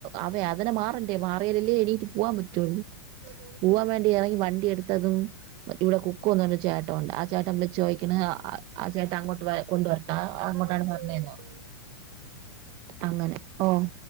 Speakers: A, on the right; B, on the right.
A: അവയ അതിനെ മാറ ട്ട്യേ മാറിയാലല്ലേ എണീറ്റു പോവാൻ പറ്റുള്ളൂ.
B: ആഹ് ആഹ്
A: പോവാൻ വേണ്ടി ഇറങ്ങി വൺ ണ്ടി എട്ത്തതും ഇവിടെ കുക്കൂന്നാണ്ട് ചേട്ടവണ്ട ആ ചേട്ടം വിള്ച്ച് ചോയിക്ക്ണ് ആഹ് ആഹ് ആഹ് ചേട്ട അങ്ങോട്ട് വ കൊണ്ടുവ ആഹ് അങ്ങോട്ടാണ്
B: എന്നാ
A: പറഞെന്നോ
B: ശരി കേട്ടോ
A: അങ്ങനെ ഓഹ്